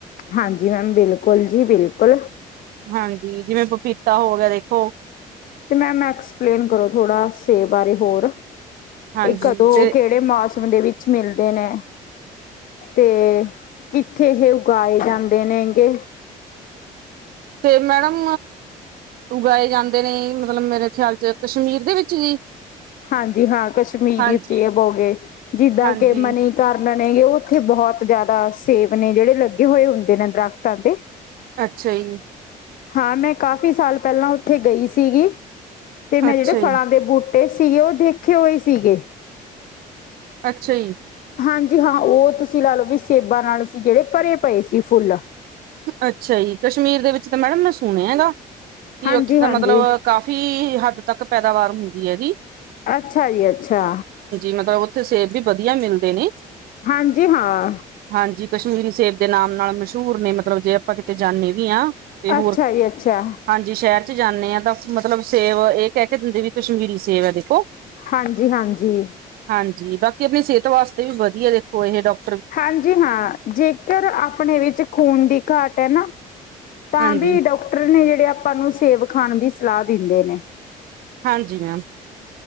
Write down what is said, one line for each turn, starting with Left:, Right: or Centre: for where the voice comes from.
Left: ਹਾਂਜੀ ਮੈਮ ਬਿਲਕੁਲ ਜੀ ਬਿਲਕੁਲ।
Right: ਹਾਂਜੀ ਜਿਵੇਂ ਪਪੀਤਾ ਹੋ ਗਿਆ ਦੇਖੋ
Left: ਤੇ ਮੈਮ ਐਕਸਪਲੇਨ ਕਰੋ ਥੋੜ੍ਹਾ ਸੇਬ ਬਾਰੇ ਹੋਰ
Right: ਹਾਂਜੀ
Left: ਇਹ ਕਦੋਂ
Right: ਤੇ
Left: ਕਿਹੜੇ ਮਾਸ? ਵਿੱਚ ਮਿਲ ਦੇ ਨੇ ਤੇ ਕਿੱਥੇ ਇਹ ਉਗਾਏ ਜਾਂਦੇ ਨੇਗੇ।
Right: ਤੇ ਮੈਡਮ ਉਗਾਏ ਜਾਂਦੇ ਨੇ ਮਤਲਬ ਮੇਰੇ ਖਿਆਲ ਚ ਕਸ਼ਮੀਰ ਦੇ ਵਿੱਚ ਜੀ
Left: ਹਾਂਜੀ ਹਾਂ ਕਸ਼ਮੀਰੀ
Right: ਹਾਂਜੀ
Left: ਸੇਬ ਹੋ ਗਏ ਜਿੱਦਾਂ
Right: ਹਾਂਜੀ
Left: ਕਿ ਮਨੀ ਕਰਨ ਨੇ ਗੇ ਉਹ ਇੱਥੇ ਬਹੁਤ ਜਿਆਦਾ ਸੇ ਬ ਨੇ ਜਿਹੜੇ ਲੱਗੇ ਹੋਏ ਹੁੰਦੇ ਨੇ। ਦਰਖਤਾਂ ਤੇ
Right: ਅੱਛਾ ਜੀ।
Left: ਹਾਂ ਮੈਂ ਕਾਫੀ ਸਾਲ ਪਹਿਲਾਂ ਉੱਥੇ ਗਈ ਸੀਗੀ ਤੇ ਮੈਂ
Right: ਅੱਛਾ
Left: ਜਿਹੜੇ
Right: ਜੀ
Left: ਫਲਾਂ ਦੇ ਬੂਟੇ ਸੀ ਉਹ ਦੇਖੇ ਹੋਏ ਸੀਗੇ
Right: ਅੱਛਾ ਜੀ।
Left: ਹਾਂਜੀ ਹਾਂ ਉਹ ਤੁਸੀਂ ਲਾ ਲਓ ਵੀ ਸੇਬਾਂ ਨਾਲ ਸੀ ਜਿਹੜੇ ਭਰੇ ਪਏ ਸੀ ਫੁੱਲ
Right: ਅੱਛਾ ਜੀ। ਕਸ਼ਮੀਰ ਦੇ ਵਿੱਚ ਤਾਂ ਮੈਡਮ ਨੇ ਸੁਣਿਆ ਹੈਗਾ। ਕਿ
Left: ਹਾਂਜੀ
Right: ਉੱਥੇ ਤਾਂ
Left: ਹਾਂਜੀ
Right: ਮਤਲਬ ਕਾਫ਼ੀ ਹੱਦ ਤੱਕ ਪੈਦਾਵਾਰ ਹੁੰਦੀ। ਇਹ ਦੀ
Left: ਅੱਛਾ ਜੀ ਅੱਛਾ।
Right: ਮਤਲਬ ਉੱਥੇ ਸੇਬ ਵੀ ਵਧੀਆ ਮਿਲਦੇ ਨੇ
Left: ਹਾਂਜੀ ਹਾਂ।
Right: ਹਾਂਜੀ ਕਸ਼ਮੀਰੀ ਸੇਬ ਦੇ ਨਾਮ ਨਾਲ ਮਸ਼ਹੂਰ ਨੇ ਮਤਲਬ ਜੇ ਆਪਾਂ ਕਿਤੇ ਜਾਂਦੇ ਵੀ ਆ। ਤੇ ਹੋਰ
Left: ਅੱਛਾ ਜੀ ਅੱਛਾ
Right: ਹਾਂਜੀ ਸ਼ਹਿਰ ਚ ਜਾਂਦੇ ਹਾਂ ਤਾਂ ਮਤਲਬ ਸੇਬ ਇਹ ਕਹਿ ਕੇ ਦਿੰਦੇ ਵੀ ਕਸ਼ਮੀਰੀ ਸੇਬ ਐ ਦੇਖੋ
Left: ਹਾਂਜੀ-ਹਾਂਜੀ।
Right: ਹਾਂਜੀ ਬਾਕੀ ਆਪਣੀ ਸਿਹਤ ਵਾਸਤੇ ਵੀ ਵਧੀਆ ਦੇਖੋ ਇਹ ਡਾਕ
Left: ਹਾਂਜੀ ਹਾਂ ਜੇਕਰ ਆਪਣੇ ਵਿੱਚ ਖੂਨ ਦੀ ਘਾਟ ਹੈ ਨਾ ਤਾਂ
Right: ਹਾਂਜੀ
Left: ਵੀ ਡਾਕਟਰ ਨੇ ਜਿਹੜੇ ਆਪਾਂ ਨੂੰ ਸੇਵ ਖਾਣ ਦੀ ਸਲਾਹ ਦਿੰਦੇ ਨੇ।
Right: ਹਾਂਜੀ ਮੈਮ